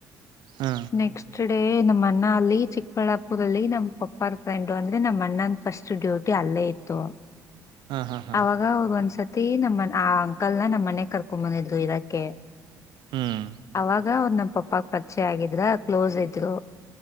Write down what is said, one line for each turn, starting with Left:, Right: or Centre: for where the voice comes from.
Right: ಹಾ
Left: ನೆಕ್ಸ್ಟ್ ಡ ನಮ್ಮ ಅಣ್ಣ ಅಲ್ಲಿ ಚಿಕ್ಕಬಳ್ಳಾಪುರಲ್ಲಿ ನಮ್ಮ್ ಪಪ್ಪ ಫ್ರೆಂಡು ಅಂದ್ರೆ ನಮ್ಮ ಅಣ್ಣಂದ ಫಸ್ಟ್ ಡ್ಯೂಟಿ ಅಲ್ಲೇ ಇತ್ತು
Right: ಹಾ ಹಾ ಹಾ
Left: ಅವಾಗ ಅವದ ಒಂದ್ಸ ತಿ ನಮ್ಮ ಆ ಅಂಕಲ್ನ ನಮ್ಮ ಮನೆ ಕರ್ಕೊಂಬಂದಿದ್ರು ಇರಕ್ಕೆ
Right: ಹ್ಮ್
Left: ಅವಾಗ ಅವರು ನಮ್ಮ ಪಪ್ಪಾಗ ಪರಿಚಯ ಆಗಿದ್ರ ಕ್ಲೋಸ್ ಇದ್ರು